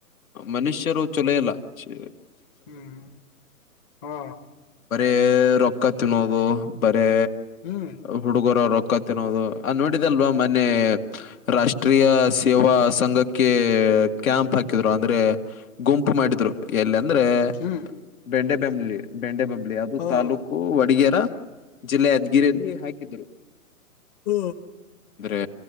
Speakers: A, on the left; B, on the left.
A: ಮನುಷ್ಯರು ಚೊಲೋಯಿಲ್ಲಾ ಚ.
B: ಹ್ಮ್ ಹಾ
A: ಎ ರೊಕ್ಕತ ತಿನ್ನೋದು ಬರೇ
B: ಹ್ಮ್
A: ಹುಡುಗರವರ. ಕ ತಿನ್ನೋದು ಆ ನೋಡಿದಲ್ವಾ ಮನ್ನೇ. ರಾಷ್ಟ್ರೀಯ ಸೇವಾ ಸಂಘ. ಕೆ ಕ್ಯಾಂಪ್ ಹಾಕಿದ್ರು ಅಂದ್ರೆ. ಗುಂಪು ಮಾಡಿದ್ರು ಎಲ್ಲ. ಅಂದ್ರೆ
B: ಹ್ಮ್
A: ಬೆಂಡೆ. ದಲ್ಲಿ ಬೆಂಡೆ ಬ ದೆ ಅದು
B: ಹಾ
A: ತಾಲೂಕು ವಡಿಗೇರಾ. ಜಿಲ್ಲೆ ಯದ್ಗಿರಿಯಲ್ಲಿ ಹಾಕಿದ್ರು.
B: ಹ
A: ಎ